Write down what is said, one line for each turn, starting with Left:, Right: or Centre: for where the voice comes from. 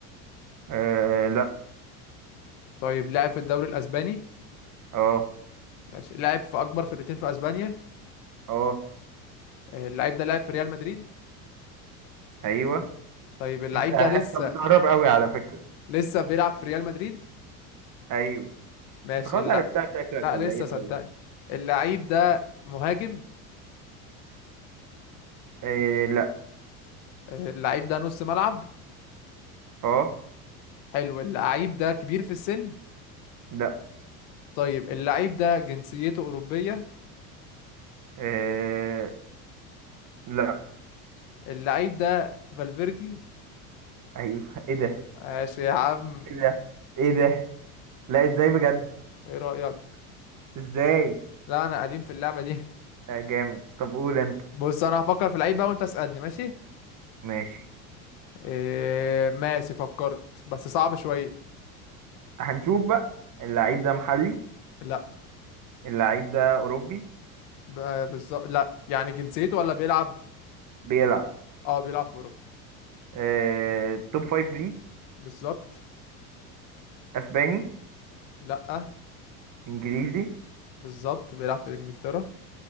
Right: آه، لأ
Left: طيب لاعب في الدوري الاسباني
Right: آه
Left: ماشي لاعب في اكبر فرقتين في اسبانيا
Right: آه
Left: اللعيب ده لعب في ريال مدريد
Right: أيوه
Left: طيب اللعيب
Right: أنت أنت
Left: ده لسه
Right: بتقرب أوي على فكرة
Left: لسه بيلعب في ريال مدريد
Right: أيوه
Left: ماشي
Right: أنت خلاص
Left: لا
Right: عرفتها شكلك
Left: لا
Right: ولا
Left: لسه
Right: إيه
Left: صدقني
Right: طيب
Left: اللعيب ده مهاجم
Right: آه لأ
Left: اللعيب ده نص ملعب
Right: آه
Left: حلو اللعيب ده كبير في السن
Right: لأ
Left: طيب اللعيب ده جنسيته أوروبية
Right: آه لأ
Left: اللعيب ده فالفيردي
Right: أيوه إيه ده
Left: ماشي يا عم
Right: إيه ده إيه ده لأ إزاي بجد
Left: ايه رأيك
Right: إزاي
Left: لا انا قديم في اللعبة دي
Right: آه جامد طب قول أنت
Left: بص انا هفكر في اللعيب بقى وانت اسألني ماشي
Right: ماشي
Left: إيه ماشي فكرت بس صعب شوية
Right: هنشوف بقى اللعيب ده محلي
Left: لا
Right: اللعيب ده أوروبي
Left: ب- بالظبط لا يعني جنسيته ولا بيلعب
Right: بيلعب
Left: اه بيلعب في اوروبا
Right: آه، توب فايف ليج
Left: بالظبط
Right: أسباني
Left: لا
Right: إنجليزي
Left: بالظبط بيلعب في انجلترا